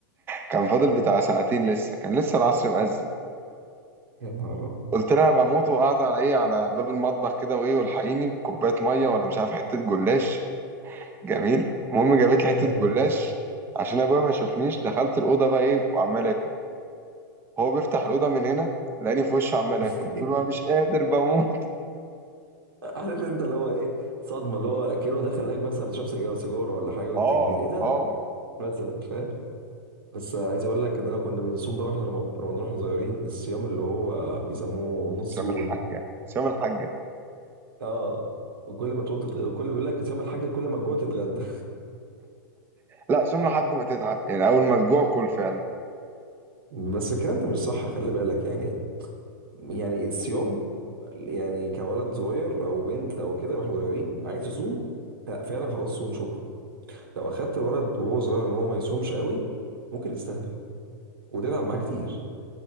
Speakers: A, on the right (about 20°); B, on the right (about 85°).
A: كان فاضل بتاع ساعتين لسه كان لسه العصر مأذن
B: يا نهار أبيض.
A: قلت لها انا بموت وقعدت على ايه على باب المطبخ كده وايه والحقيني بكوبايه ميه ولا مش عارف حته جلاش جميل المهم جابت لي
B: تمام
A: حته جلاش عشان ابويا ما يشوفنيش دخلت الاوضه بقى ايه وعمال اكل هو بيفتح الاوضه من هنا لاني في وشه عمال
B: <laughs>
A: اكل قلت له أنا مش قادر بموت
B: عارف انت اللي هو ايه صدمه اللي هو كأنه دخل لك مثلا بتشرب سجاير سيجاره ولا حاجه وانت
A: اه
B: كبير ايه ده
A: اه
B: مثلا فاهم بس عايز اقول لك ان انا كنا بنصوم بقى واحنا رم- في رمضان واحنا صغيرين الصيام اللي هو بيسموه نص
A: سام
B: يوم
A: الحاجة سام الحاجة
B: اه وكل ما تقعد تت- كل بيقول لك صيام الحاج كل ما تجوع تتغدى
A: لا سم لحد ما تتعب يعني أول ما تجوع كل فعلا
B: <laughs> بس الكلام ده مش صح خلي بالك يعني يعني الصيام يعني كولد صغير او بنت او كده واحنا صغيرين عايز تصوم لا فعلا خلاص صوم شكرا لو اخدت الولد وهو صغير ان هو ما يصومش قوي ممكن يستهبل وتتعب معاه كتير